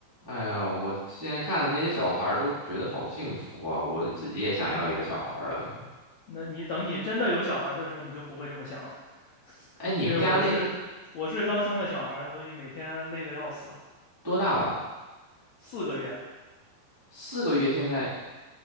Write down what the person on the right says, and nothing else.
哎呀，我现在看的那些小孩儿都觉得好幸福啊！我自己也想要一个小孩儿了。
哎，你们家那
多大了？
四个月现在？